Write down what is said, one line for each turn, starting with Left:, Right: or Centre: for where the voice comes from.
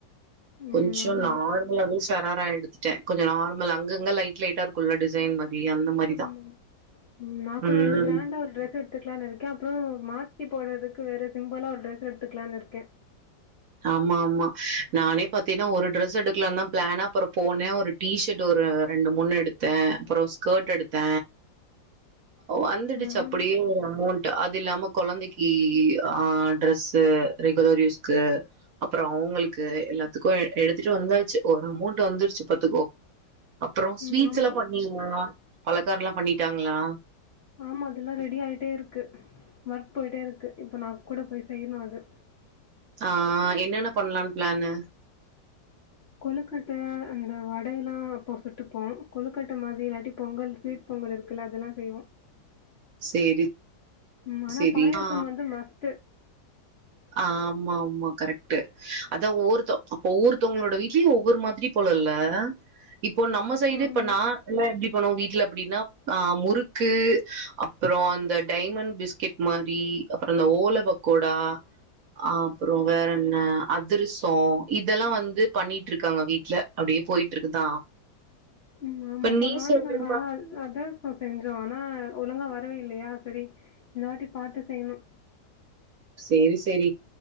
Left: ம்.
Right: கொஞ்சோ
Left: ஆமா.
Right: நார் <unintelligible> சராரா எடுத்துட்ட கொஞ்ச நார்மல் அங்கங்க லைட் லைட்டா இருக்குல்ல டிசைன் மாரி அந்த மாரிதா
Left: ஆமா. ம் நா கூட
Right: ம்
Left: வந்து கிராண்டா ஒரு ட்ரெஸ் எடுத் துக்கலான் இருக்கே அப்பறோ மாத்தி போடுறதுக்கு வேற சிம்பளா ஒரு ட்ரெஸ் எடுத்துக்கலான் இருக்கே
Right: ஆமா ஆமா நானே பாத்தின்னா ஒரு டிரெஸ் எடுக்கலான் தா பிளான் அப்பறோ போன ஒரு டீ ஷர்ட் ஒரு ரெண்டு மூணு எடுத்த அப்பறோ ஸ்கர்ட் எடுத்த ஓ வந்துடுச்சு
Left: ம்
Right: அப்படியே
Left: ஆமா.
Right: ஒரு அமௌன் டு அது இல்லாம கொழந்தக்கி ஆ டிரெஸ்ஸு ரெகுலர் யூஸ்க்கு அப்பறோ அவுங்கலுக்கு எல்லாத்துக்கு எடுத்துட்டு வந்தாச்சு ஒரு அமௌன்ட் வந்துருச்சு பாத்துக்கோ அப்பறோ ஸ்வீட்ஸ்
Left: ம் ஆமா.
Right: எல்லா பண்ணீங்களா பலக்காரோலா பண்ணீட்டாங்களா
Left: ஆமா அதுலா ரெடி ஆயிட்டே இருக்கு ஒர்க் போயிட்டே இருக்கு இப்ப நா கூட போய் செய்யணு அது
Right: ஆ என்னன்ன பண்லான் பிளானு
Left: கொழுக்கட்ட அந்த வடைலா வெப்போ சுட்டுப்போ கொழுக்கட்ட மாதிரி இல்லாட்டி பொங்கல் ஸ்வீட் பொங்கல் இருக்குல்ல அதுலா செய்வோ
Right: சேரி
Left: ம் அனா
Right: சேரி
Left: பாயாசம்
Right: ஆ
Left: வந்து மஸ்ட்டு
Right: ஆமாம்மா கரக்ட்டு அதா ஒவ்வொருத்தோ அப்ப ஒவ்வொருத்தவங்களோட வீட்லயு ஒவ்வொரு மாதிரி போல இல்ல இப்போ நம்ம சைடு
Left: ஆமா.
Right: இப்ப நா எல்லா எப்டி பண்ணுவோ வீட்ல அப்படின்னா ஆ முறுக்கு அப்புற அந்த டைமண்ட் பிஸ்கெட் மாரி அப்புற இந்த ஓல பக் கோடா அப்புற வேற என்ன அதிரசொ இதெல்லா வந்து பண்ணிட்டு இருக்காங்க வீட்ல அப்டியே போய்ட்டு இருக்குதா
Left: ம் ஆமா
Right: இப்ப நீ
Left: போன வாட்டி
Right: சொல்ற
Left: நாங்க
Right: மா
Left: அதிரசம் செஞ்சோ ஆனா ஒழுங்கா வரவே இல்லையா சரி இந்த வாட்டி பாத்து செய்யணு
Right: சேரி சேரி